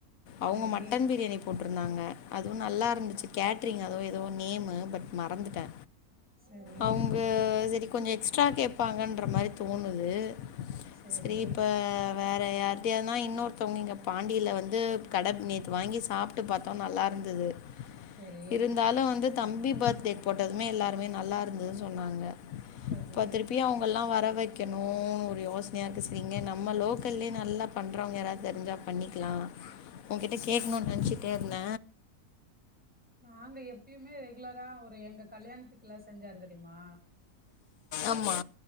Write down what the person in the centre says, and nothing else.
சரி
சரி
சேரி
சரி
சரி
நாங்க எப்பயுமே ரெகுலரா ஒரு எங்க கல்யாணத்துக்கு எல்லா செஞ்சரு தெரியுமா